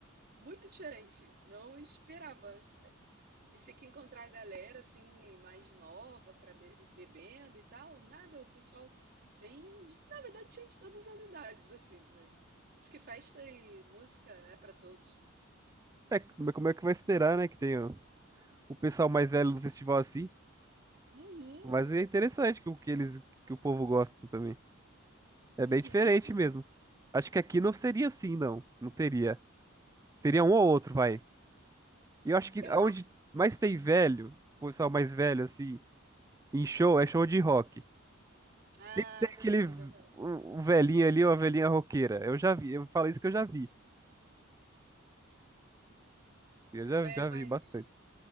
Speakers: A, on the right; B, on the right.
A: Muito diferente. Não esperava. E se que encontrar a galera assim mais nova para bebendo e tal, nada, o pessoal bem, de- na verdade tinha de todas as idades assim, né? Acho que festa e música é para todos.
B: É, mas como é que vai esperar, né? Que tenha o o pessoal mais velho do festival assim.
A: Uhum,
B: Mas é interessante que o que eles, que o povo gosta também. É
A: uhum.
B: bem diferente mesmo. Acho que aqui não seria assim, não. Não teria. Teria um ou outro, vai. E eu acho que
A: Eu,
B: aonde mais tem velho, o pessoal mais velho, assim, em show, é show de rock.
A: ah,
B: Sempre tem aquele
A: sim,
B: v-
A: verdade.
B: um um velhinho ali, uma velhinha roqueira. Eu já vi, eu falei isso que eu já vi. Eu já,
A: Também
B: já
A: é mais
B: vi bastante.